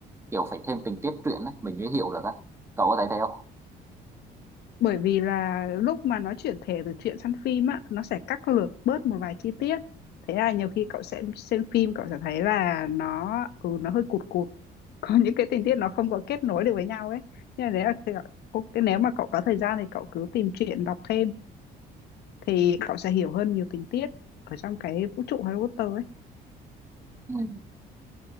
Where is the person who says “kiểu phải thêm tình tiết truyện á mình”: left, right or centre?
Right